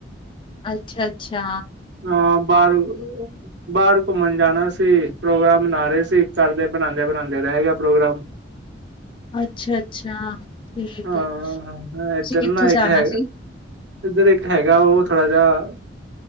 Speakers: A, on the left; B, on the right.
A: ਅੱਛਾ ਅੱਛਾ।
B: ਅ ਬਾਰ ਬਾਰ ਘੁੰਮਣ ਜਾਣਾ ਸੀ ਪ੍ਰੋਗਰਾਮ ਮਨਾ ਰਹੇ ਸੀ ਕਰਦੇ ਬਣਾਉਂਦੇ ਬਣਾਉਂਦੇ ਰਹਿ ਗਿਆ ਪ੍ਰੋਗਰਾਮ।
A: ਅੱਛਾ-ਅੱਛਾ ਠੀਕ
B: ਹਾਂ
A: ਹੈ
B: ਹਾਂ
A: ਤੁਸੀਂ
B: ਏਧਰ
A: ਕਿੱਥੇ
B: ਨਾ ਇੱਕ
A: ਜਾਣਾ
B: ਹੈਗਾ।
A: ਸੀ
B: ਇੱਧਰ ਇੱਕ ਹੈਗਾ ਉਹ ਥੋੜਾ ਜਿਹਾ,